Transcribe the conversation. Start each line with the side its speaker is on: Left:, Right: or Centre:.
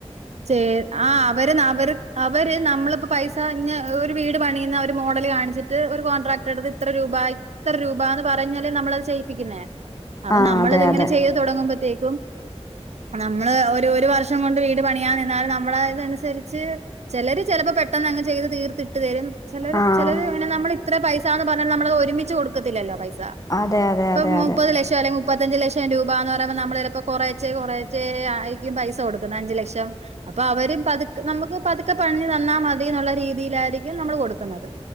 Right: ച്ചേ ആ അവര് അവര് അവര് നമ്മളിപ്പോ പൈസഞ്ഞ ഒരു വീട് പണിയുന്ന ഒരു മോഡല് കാണിച്ചിട്ട് ഒരു കോൺട്രാറ്റ് എടുത്ത് ഇത്ര രൂപായി എത്ര രൂപാന്ന് പറഞ്ഞല്ലേ നമ്മളത് ചെയ്യിപ്പിക്കുന്നേ അപ്പൊ
Left: ആഹ്
Right: നമ്മളിത്
Left: അതെ
Right: ഇങ്ങനെ
Left: അതെ
Right: ചെയ്ത് തുടങ്ങുമ്പത്തേക്കും നമ്മള് ഒരു ഒരു വർഷം കൊണ്ട് വീട് പണിയാ നിന്നാലും നമ്മള് ഇതനുസരിച്ച് ചെലര് ചിലപ്പോ പെട്ടെന്ന് അങ്ങ് ചെയ്ത് തീർത്തിട്ട് തരും ചെലര്
Left: ആഹ്
Right: ചെലര് ഇങ്ങന നമ്മള് ഇത്ര പൈസാന്ന് പറഞ്ഞാ നമ്മളത് ഒരുമിച്ച് കൊടുക്കത്തില്ലല്ലോ പൈസ
Left: അതെ അതെ
Right: ഇപ്പം
Left: അതെ
Right: മുപ്പത്
Left: അതെ
Right: ലക്ഷം അല്ലെം മുപ്പത്തഞ്ച് ലക്ഷം രൂപാന്ന് പറയുമ്പോൾ നമ്മള് ചിലപ്പോൾ കൊറേച്ചെ കൊറേച്ചെ ആയിരിക്കും പൈസ കൊടുക്കുന്നേ അഞ്ച് ലക്ഷം റ്റം അപ്പൊ അവര് പതുക്ക് നമുക്ക് പതുക്ക പണിഞ്ഞു തന്നാൽ മതിന്നുള്ള രീതിയിലായിരിക്കും നമ്മള് കൊടുക്കുന്നത്